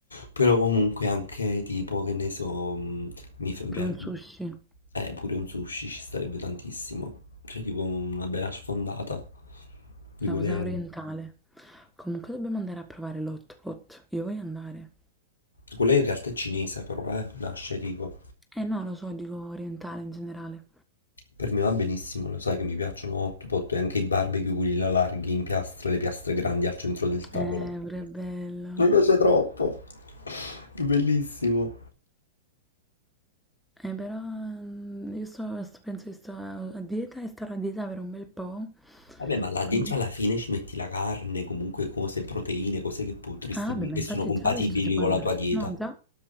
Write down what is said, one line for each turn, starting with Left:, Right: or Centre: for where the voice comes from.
Left: però comunque anche tipo, che ne so, mm, mi fa piace.
Centre: Per un sushi.
Left: Eh, pure un sushi ci starebbe tantissimo. Cioè tipo una bella sfondata. Di
Centre: Una
Left: quelle...
Centre: cosa orientale. Comunque dobbiamo andare a provare l'hot pot. Io voglio andare.
Left: Quella in realtà è cinese però, eh, nasce tipo.
Centre: Eh no, lo so, dico orientale in generale.
Left: Per me va benissimo, lo sai che mi piacciono hot pot e anche i barbecue, quelli là larghi in piastre, le piastre grandi al centro del tavolo.
Centre: Eh, pure bello.
Left: Mi piace troppo. <laughs> È Bellissimo.
Centre: Eh, però mm, io sto, sto- penso che sto a a dieta e starò a dieta per un bel po'.
Left: Vabbè, ma là
Centre: Quindi...
Left: dentro alla fine ci metti la carne, comunque cose, proteine, cose che potresti,
Centre: Ah, vabbè, ma
Left: che
Centre: infatti
Left: sono compatibili
Centre: già questo si può
Left: con
Centre: andare.
Left: la tua dieta.
Centre: No, già,